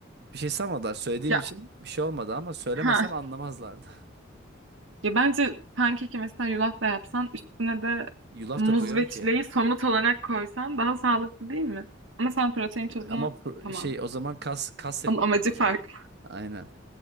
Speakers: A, on the right (about 55°); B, on the right (about 80°).
A: Bir şey sanmadılar söylediğim
B: Ya
A: için bir şey olmadı ama söylemesem
B: <laughs> ha
A: anlamazlardı.
B: Ya bence pankeki mesela yulafla yapsan üstüne de
A: <laughs> Yulaf
B: muz
A: da koyuyorum
B: ve
A: ki.
B: çileği somut olarak koysan daha sağlıklı değil mi? Ama sen protein tozunu
A: Ama pro-
B: tamam.
A: şey o zaman kas kas yapamıyorsun
B: Onun amacı
A: o zaman.
B: farklı.
A: Aynen.